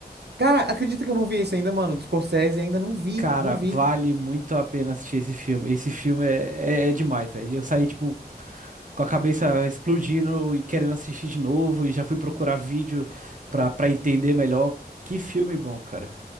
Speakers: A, on the right; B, on the right.
A: Cara, acredita que eu não vi esse ainda, mano. Do Scorsese ainda não vi,
B: Cara,
A: não vi.
B: vale muito a pena assistir esse filme. Esse filme é, é, é demais, velho. Eu saí, tipo, com a cabeça explodindo e querendo assistir de novo, e já fui procurar vídeo pra, pra entender melhor. Que filme bom, cara.